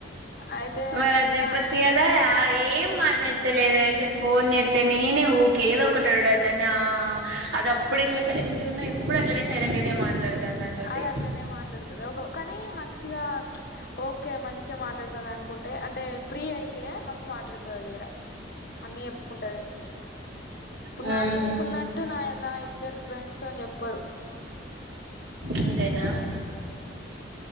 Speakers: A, on the left (about 55°); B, on the right (about 80°).
A: అయితే
B: మరి అది జేపచ్చు
A: నా
B: క దా ఏం మాట్లాడతేలేదే అసలు ఫోన్ జేత్తే నేనే ఊకే ఎదో ఒకటి అనుడు అయితాంది ఆ ఆ. అది అప్పుడు ఎట్లా సైలెంట్ గా ఉందో ఎప్పుడు అట్లనే సైలెంట్ గానే మాట్లాడతంది నాతోటి
A: అది అట్లనే మాట్లాడుతది కానీ మంచిగా ఓకే మంచి గా మాట్లాడుతుంది అనుకుంటే అంటే ఫ్రీ అయితే మస్తు మాట్లాడుతది అది కూడా అన్నీ చెప్పుకుంటది ఇప్పుడు
B: మ్మ్
A: నాకు చెప్పుకున్న ట్టు నా నా ఇద్దరి ఫ్రెండ్స్తోని చెప్పదు
B: అంతేనా